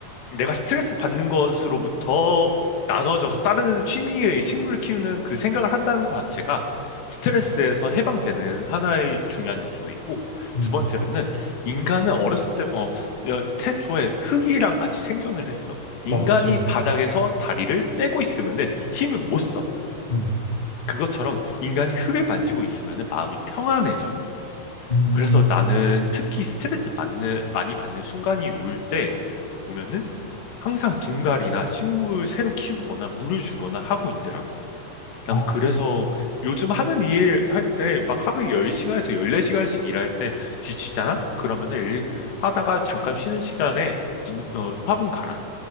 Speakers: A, on the left; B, on the left.
A: 내가 스트레스 받는 것으로부터 나눠져서 다른 취미의 식물을 키우는 그 생각을 한다는 것 자체가 스트레스에서 해방되는 하나의 중요한 요소이고,
B: 음,
A: 두 번째로는 인간은 어렸을 때, 어, 여- 태초에 흙이랑 같이 생존을 했어. 인간이
B: 맞지.
A: 바닥에서 다리를 떼고 있으면은 힘을 못 써.
B: 음.
A: 그것처럼 인간이 흙을 만지고 있으면은 마음이 평안해져.
B: 음,
A: 그래서 나는 특히 스트레스 받는, 많이 받는 순간이 올 때 보면은 항상 분갈이나 식물 새로 키우거나 물을 주거나 하고 있더라고. 난
B: 아,
A: 그래서 요즘 하는 일 할 때 막 하루에 10시간에서 14시간씩 일할 때 지치잖아? 그러면은 일 하다가 잠깐 쉬는 시간에 눈- 어, 화분 갈아.